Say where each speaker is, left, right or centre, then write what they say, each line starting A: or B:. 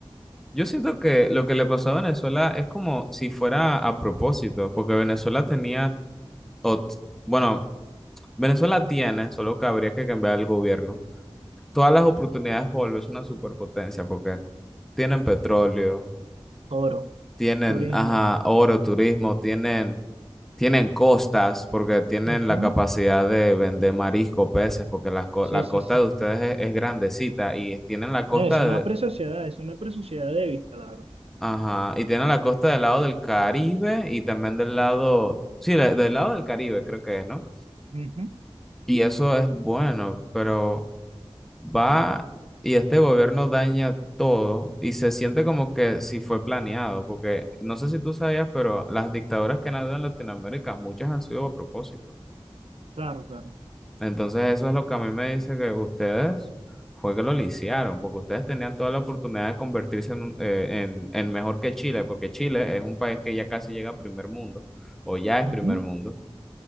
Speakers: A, in the centre; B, on the right.
A: yo siento que lo que le pasó a Venezuela es como si fuera a propósito, porque Venezuela tenía, o- t- bueno, Venezuela tiene, solo que habría que cambiar el gobierno todas las oportunidades para volverse una superpotencia, porque tienen petróleo,
B: Oro,
A: tienen,
B: turismo.
A: ajá, oro, turismo, tienen, tienen costas porque tienen
B: ujú,
A: la capacidad de vender marisco, peces, porque las co-
B: Sí,
A: la
B: sí,
A: costa
B: sí.
A: de ustedes es, es grandecita y tienen la costa
B: No, es una
A: de,
B: presociedad, es una presociedad de vista, la verdad.
A: ajá, y tienen la costa del lado del Caribe y también del lado, sí, de- del lado del Caribe creo que es, ¿no?
B: Ujú,
A: Y eso es bueno, pero... va y este gobierno daña todo y se siente como que si fue planeado, porque no sé si tú sabías, pero las dictaduras que han habido en Latinoamérica, muchas han sido a propósito.
B: Claro, claro.
A: Entonces eso es lo que a mí me dice que ustedes fue que lo lisiaron, porque ustedes tenían toda la oportunidad de convertirse en, un- eh, en, en mejor que Chile, porque Chile es un país que ya casi llega a primer mundo, o ya es
B: ujú,
A: primer mundo,